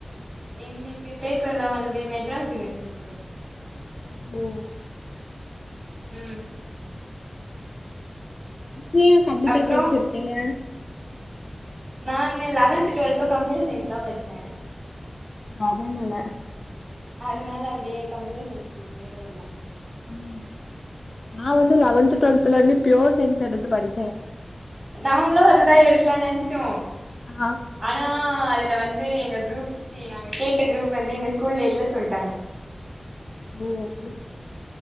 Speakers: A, on the right; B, on the left.
A: எங்களுக்கு பேப்பர் லா வந்து மெட்ராஸ் யூனிவர்சிட்டிக்கு போது
B: ஓ
A: ம்
B: இப்ப ஏ கம்ப்யூட்டர்
A: அப்றோ
B: சய்ன்ஸ் எடுத்தீங்க
A: நான்னு லவன்த் ட்வெல்த்து கம்ப்யூட்டர் சய்ன்ஸ் தா பட்ச்சே
B: அதனால
A: அதுனால அப்டியே கம்ப்யூட்டர் சய்ன்ஸ் குரூப்லே போய்ட்லானு சொல்ட்
B: ம் நா வந்து லவன்த் ட்வெல்த்ல இர்ந்தே பியோர் சய்ன்ஸ் எடுத்து படுச்சே
A: நாங்களு அதுதா எடுக்கலான் நென்ச்சோ
B: ஆ
A: ஆனா அதுல வந்து எங்க குரூப் சி நாங்க கேட்ட குரூப் வந்து எங்க ஸ்கூல்ல இல்ல சொல்ட்டாங்க
B: ஓ அப்டி